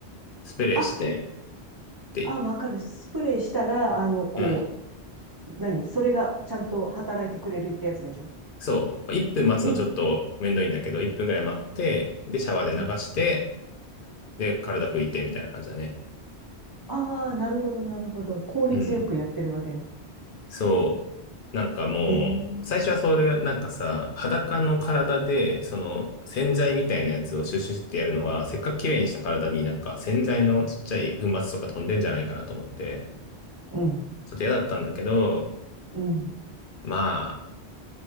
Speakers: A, on the left; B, on the right.
A: スプレーして、
B: あ、
A: って、
B: あ、わかる。スプレーしたら、あの、こ
A: うん。
B: う、何それがちゃんと働いてくれるってやつでしょ
A: そう。まあ1分待つのちょっとめんどいんだけど、
B: うん、
A: 1分ぐらい待って、で、シャワーで流して、
B: うん。
A: で、体拭いてみたいな感じだね。
B: ああ、なるほど、なるほど。効率よくやってるわけね。
A: うん。そう。なんかもう、
B: へえ。うん、
A: 最初はそれ、なんかさ、裸の体で、その、洗剤みたいなやつをシュッシュッシュってやるのは、せっかく綺麗にした体になんか洗剤のちっちゃい粉末とか飛んでんじゃないかなと思って、
B: うん、
A: ちょっと嫌だったんだけど、
B: うん。
A: まあ、